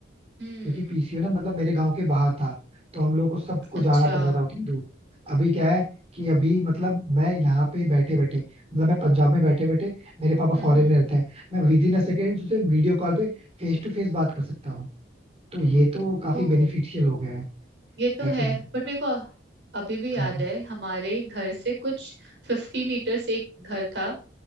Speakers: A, on the right; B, on the right.
A: हम्म
B: क्योंकि पीसीओ ना मतलब मेरे गांव के बाहर था तो हम लोग को सबको
A: अच्छा
B: जाना पड़ता
A: हम्म
B: था उतनी दूर अभी क्या है कि अभी मतलब मैं यहाँ पे बैठे बैठे मतलब मैं पंजाब में बैठे बैठे मेरे पापा
A: हम्म
B: फॉरेन में रहते हैं मैं विद इन अ सेकेंड उसे वीडियो कॉल पे फेस टू फेस बात कर सकता हूँ तो ये तो काफी
A: ओ
B: बेनिफिशियल हो गया है
A: ये तो
B: है
A: है
B: कि नहीं
A: बट मेरे को अभी भी याद
B: हाँ
A: है हमारे घर से कुछ फिफ्टी मीटर्स एक घर था